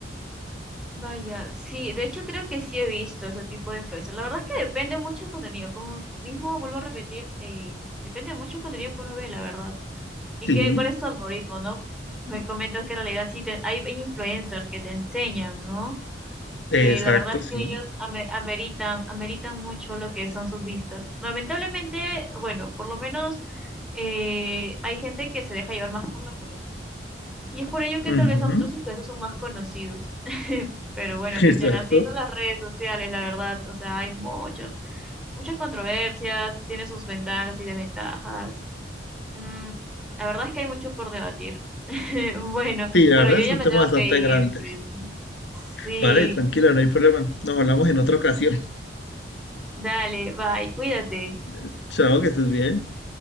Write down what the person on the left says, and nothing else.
Sí,
exacto,
sí.
Ujú,
<laughs> exacto.
Sí, la
verdad
es
un
tema
bastante
grande.
Vale, tranquila, no hay problema. Nos hablamos en otra ocasión.
<laughs> Chao, que estés bien.